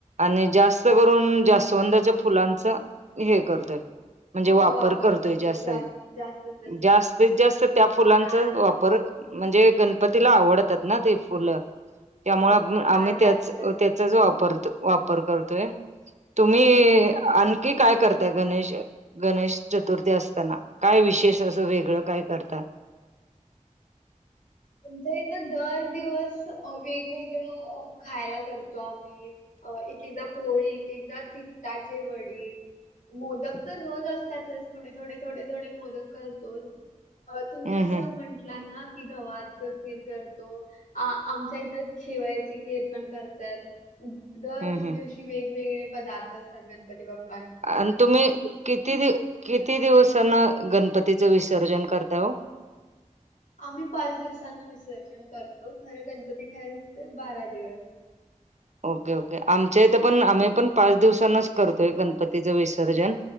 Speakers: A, on the right; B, on the left.
A: आणि जास्त करून जास्वंदाच्या फुलांचा हे करतोय. म्हणजे
B: होय
A: वापर करतोय
B: करतो
A: जासन
B: जास् जास्वंदाची
A: जास्तीत
B: फुलं
A: जास्त त्या फुलांचा
B: लाल
A: वापर म्हणजे गणपतीला आवडतात ना ते फुलं त्यामुळे
B: होय
A: आम- आम्ही,
B: लाल
A: त्याच
B: जास्वंदी
A: -त्याचाच वापरत-वापर करतोय. तुम्ही
B: होय
A: आणखी काय, करताय? गणेश गणेश चतुर्थी असताना. काय विशेष असं, वेगळं काय, करता?
B: आमच इथं, दर अ दिवस वेगवेगळ, खायला करतो आम्ही. अ एक - एकदा पोळी. एक - एकदा तिकटाचे वडी. मोदक तर रोज असतातच. थोडे, थोडे, थोडे, थोडे मोदक करतो. अ तुम्ही
A: हम्म
B: जस
A: हम्म
B: म्हंटला ना की, गव्हाच खीर करतो. आ आमच्या इथं, शेवयाची खीर पण करतात. दर
A: हम्म हम्म
B: दिवशी वेगवेगळे पदार्थ असतात. गणपती बाप्
A: अन् तुम्ही किती, दि किती दिवसान? गणपतीचं विसर्जन करता ओ.
B: आम्ही पाच दिवसान विसर्जन करतो. खरं गणपती काय दि असते बारा दिवस.
A: Okay - okay. आमच्या इथं पण, आम्ही
B: हा
A: पण पाच दिवसांनच करतोय, गणपतीचं विसर्जन.